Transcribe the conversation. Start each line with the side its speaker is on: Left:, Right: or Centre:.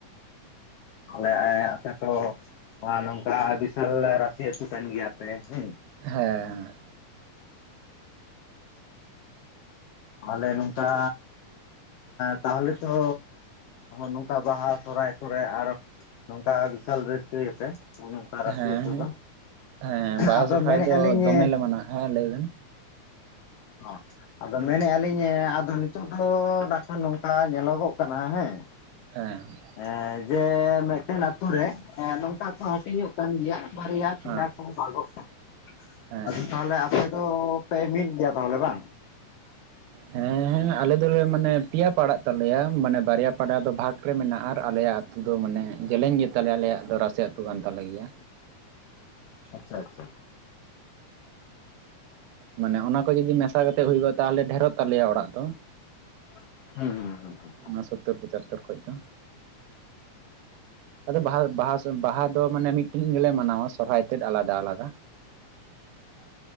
Left: ᱟᱞᱮ ᱟᱯᱮ ᱟᱛᱚ ᱦᱚ ᱾ ᱱᱚᱣᱟ ᱱᱚᱝᱠᱟ ᱵᱤᱥᱟᱞ ᱵᱮᱨᱟ ᱨᱟᱥᱤ ᱟᱹᱛᱩ ᱠᱟᱱ ᱜᱮᱭᱟᱯᱮ ᱦᱮᱸ᱾
Right: ᱦᱮᱸ᱾
Left: ᱟᱞᱮ ᱱᱚᱝᱠᱟ ᱛᱟᱦᱚᱞᱮ ᱛᱚ ᱱᱚᱝᱠᱟ ᱵᱟᱦᱟ ᱥᱚᱦᱦᱟᱭ ᱠᱚᱨᱮ ᱟᱨᱚ ᱱᱚᱝᱠᱟ ᱵᱤᱥᱟᱞ ᱨᱟᱹᱥᱠᱟᱹᱭᱟᱯᱮ ᱱᱚᱜ ᱱᱚᱝᱠᱟ ᱨᱟᱹᱥᱤ
Right: ᱦᱮᱸ
Left: ᱟᱹᱛᱩ ᱫᱚ᱾
Right: ᱦᱮᱸ
Left: ᱟᱫᱚ
Right: ᱵᱟᱦᱟ ᱥᱚᱨᱦᱟᱭ
Left: ᱢᱮᱱᱮᱫᱼᱟ
Right: ᱫᱚ
Left: ᱞᱤᱧ
Right: ᱫᱚᱢᱮᱞᱮ ᱢᱟᱱᱟᱣᱟ ᱦᱮᱸ ᱞᱟᱹᱭ ᱵᱮᱱ᱾
Left: ᱚ᱾ ᱟᱫᱚ ᱢᱮᱱᱮᱜ-ᱟ ᱞᱤᱧ ᱟᱫᱚ ᱱᱤᱛᱚᱜ ᱫᱚ ᱱᱟᱜᱠᱷᱟᱱ ᱱᱚᱝᱠᱟ ᱧᱮᱞᱚᱜᱚᱜ ᱠᱟᱱᱟ ᱦᱮᱸ᱾
Right: ᱦᱮᱸ᱾
Left: ᱮᱸ ᱡᱮ ᱢᱮᱱᱴᱮᱱ ᱟᱛᱳ ᱨᱮ ᱦᱮᱸ ᱱᱚᱝᱠᱟ ᱠᱚ ᱦᱟᱹᱴᱤᱧᱚᱜ ᱠᱟᱱ ᱜᱮᱭᱟ ᱵᱟᱨᱭᱟ ᱯᱤᱭᱟ
Right: ᱦᱮᱸ
Left: ᱠᱚ ᱵᱷᱟᱜᱚᱜ ᱠᱟᱱᱟ᱾
Right: ᱦᱮᱸ
Left: ᱟᱫᱚ ᱛᱟᱦᱞᱮ ᱟᱯᱮ ᱫᱚ ᱯᱮ ᱢᱤᱫ ᱜᱮᱭᱟ ᱛᱟᱦᱞᱮ ᱵᱟᱝ?
Right: ᱦᱮᱸ ᱦᱮᱸ, ᱟᱞᱮ ᱫᱚᱞᱮ ᱢᱟᱱᱮ ᱯᱮᱭᱟ ᱯᱟᱲᱟᱜ ᱛᱟᱞᱮᱭᱟ ᱢᱟᱱᱮ ᱵᱟᱨᱭᱟ ᱯᱟᱲᱟ ᱫᱚ ᱵᱷᱟᱜᱽ ᱨᱮ ᱢᱮᱱᱟᱜ-ᱟ ᱟᱨ ᱟᱞᱮᱭᱟᱜ ᱟᱛ ᱟᱫᱚ ᱢᱟᱱᱮ ᱡᱮᱞᱮᱧ ᱜᱮᱛᱟᱞᱮᱭᱟ ᱟᱞᱮᱭᱟᱜ ᱫᱚ ᱨᱟᱥᱤ ᱟᱹᱛᱩ ᱠᱟᱱ ᱛᱟᱞᱮ ᱜᱮᱭᱟ᱾
Left: ᱟᱪᱪᱷᱟ ᱟᱪᱪᱷᱟ᱾
Right: ᱢᱟᱱᱮ ᱚᱱᱟ ᱠᱚ ᱡᱩᱫᱤ ᱢᱮᱥᱟ ᱠᱟᱛᱮᱜ ᱦᱩᱭᱩᱜᱚᱜ-ᱟ ᱛᱟᱦᱚᱞᱮ ᱰᱷᱮᱨᱚᱜ ᱛᱟᱞᱮᱭᱟ ᱚᱲᱟᱜ ᱫᱚ᱾
Left: ᱦᱩᱸ ᱾
Right: ᱚᱱᱟ ᱥᱳᱛᱛᱳᱨ ᱯᱚᱪᱟᱛᱛᱳᱨ ᱠᱷᱚᱡ ᱫᱚ᱾ ᱟᱫᱚ ᱵᱟᱦᱟ ᱵᱟᱦᱟ ᱵᱟᱦᱟ ᱫᱚ ᱢᱟᱱᱮ ᱢᱤᱫᱴᱮᱱ ᱜᱮᱞᱮ ᱢᱟᱱᱟᱣᱟ ᱥᱚᱨᱦᱟᱭ ᱛᱮᱫ ᱟᱞᱟᱫᱟ ᱟᱞᱟᱫᱟ᱾ <inaudible>